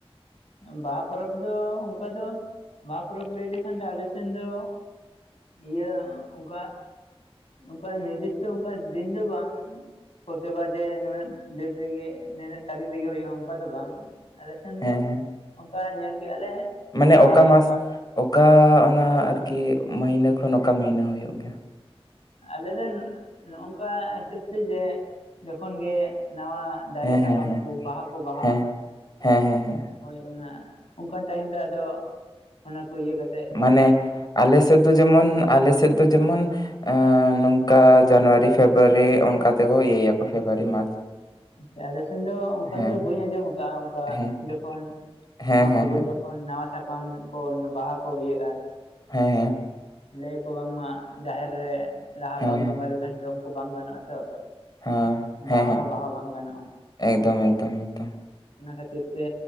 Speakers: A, on the left (about 80°); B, on the left (about 40°).
A: ᱵᱟᱦᱟ ᱯᱚᱨᱚᱵᱽ ᱫᱚ ᱚᱱᱠᱟ ᱫᱚ ᱵᱟᱦᱟ ᱯᱚᱨᱚᱵᱽ ᱞᱟᱹᱭ ᱞᱮᱠᱷᱟᱱ ᱫᱚ ᱟᱞᱮ ᱥᱮᱱ ᱫᱚᱼᱼ ᱤᱭᱟᱹ ᱚᱱᱠᱟ ᱚᱱᱠᱟ ᱱᱤᱨᱫᱤᱥᱴᱚ ᱚᱱᱠᱟ ᱫᱤᱱ ᱫᱚ ᱵᱟᱝ ᱯᱨᱚᱛᱤᱵᱟᱨ ᱡᱮ ᱱᱩᱱᱟᱹᱜ ᱰᱮᱴ ᱨᱮᱜᱮ ᱱᱩᱱᱟᱹᱜ ᱛᱟᱹᱨᱤᱠᱷ ᱨᱮᱜᱮ ᱦᱩᱭᱩᱜᱼᱟ ᱚᱱᱠᱟ ᱫᱚ ᱵᱟᱝ ᱟᱞᱮ ᱥᱮᱱ ᱫᱚᱼᱼ
B: ᱦᱮᱸ ᱦᱮᱸ
A: ᱚᱱᱠᱟ ᱧᱮᱞ ᱠᱮᱜ- ᱟ ᱞᱮ
B: ᱢᱟᱱᱮ
A: ᱱᱟᱣᱟ
B: ᱚᱠᱟ ᱢᱟᱥ ᱚᱠᱟ ᱚᱱᱟ ᱟᱨᱠᱤ ᱢᱟᱹᱦᱱᱟᱹ ᱠᱷᱚᱱ ᱚᱠᱟ ᱢᱟᱹᱦᱱᱟ ᱦᱩᱭᱩᱜ ᱜᱮᱭᱟ᱾
A: ᱟᱞᱮ ᱫᱚ ᱱᱚᱜᱝᱠᱟ ᱦᱤᱥᱟᱹᱵ ᱛᱮ ᱡᱮ ᱡᱚᱠᱷᱚᱱ ᱜᱮ ᱱᱟᱣᱟᱼᱼ ᱫᱟᱨᱮ
B: ᱦᱮᱸ
A: ᱥᱟᱠᱟᱢ
B: ᱦᱮᱸ ᱦᱮᱸ
A: ᱠᱚ ᱵᱟᱦᱟ ᱠᱚ ᱵᱟᱦᱟᱜᱼᱟ᱾
B: ᱦᱮᱸ ᱦᱮᱸ ᱦᱮᱸ ᱦᱮᱸ
A: ᱦᱳᱭ ᱚᱱᱟ ᱚᱱᱠᱟᱱ ᱴᱟᱭᱤᱢ ᱨᱮ ᱟᱫᱚ ᱚᱱᱟ ᱠᱚ ᱤᱭᱟᱹ ᱠᱟᱛᱮᱼᱼ
B: ᱢᱟᱸᱱᱮ ᱟᱞᱮ ᱥᱮᱫ ᱫᱚ ᱡᱮᱢᱚᱱ ᱟᱞᱮ ᱥᱮᱫᱼᱼ ᱡᱮᱢᱚᱱ ᱱᱚᱝᱠᱟ ᱡᱟᱱᱩᱣᱟᱨᱤ ᱯᱷᱮᱵᱨᱩᱟᱨᱤ ᱚᱱᱠᱟᱼᱼ ᱛᱮᱠᱚ ᱤᱭᱟᱹᱭᱟᱠᱚ ᱯᱷᱮᱵᱨᱩᱟᱨᱤ ᱢᱟᱨᱪ᱾
A: ᱱᱚᱛᱮ ᱟᱞᱮ ᱥᱮᱱ ᱫᱚ ᱚᱱᱠᱟ
B: ᱦᱮᱸ
A: ᱫᱚ ᱵᱟᱹᱧ ᱟᱸᱡᱚᱢ ᱟᱠᱟᱜᱼᱟ ᱚᱱᱠᱟ
B: ᱦᱮᱸ
A: ᱡᱚᱠᱷᱚᱱ
B: ᱦᱮᱸ
A: ᱢᱟᱠᱷ
B: ᱦᱮᱸ
A: ᱯᱷᱟᱹᱜᱩᱱ
B: ᱦᱮᱸ
A: ᱡᱚᱠ ᱡᱚᱠᱷᱚᱱ ᱱᱟᱣᱟ ᱥᱟᱠᱟᱢ ᱠᱚ ᱵᱟᱦᱟ ᱠᱚ ᱤᱭᱟᱹᱜᱼᱟ᱾
B: ᱦᱮᱸ ᱦᱮᱸᱻ
A: ᱞᱟᱭᱟᱠᱚ ᱵᱟᱝᱢᱟ ᱡᱟᱦᱮᱨ ᱨᱮ ᱞᱟᱦᱟ
B: ᱦᱮᱸ
A: ᱵᱟᱝ ᱵᱚᱸᱜᱟ
B: ᱦᱮᱸ ᱦᱮᱸ
A: ᱞᱮᱠᱷᱟᱱ ᱡᱚᱢ ᱠᱚ ᱵᱟᱝ ᱜᱟᱱᱚᱜᱼᱟ ᱛᱚ᱾
B: ᱦᱮᱸ
A: ᱵᱟᱦᱟ
B: ᱦᱮᱸ ᱦᱮᱸ
A: ᱦᱚᱸ ᱵᱟᱦᱟ ᱵᱟᱝ ᱜᱟᱱᱚᱜᱼᱟ᱾
B: ᱮᱠᱫᱚᱢ ᱮᱠᱫᱚᱢ ᱮᱠᱫᱚᱢ
A: ᱚᱱᱟ ᱠᱷᱟᱹᱛᱤᱨ ᱛᱮ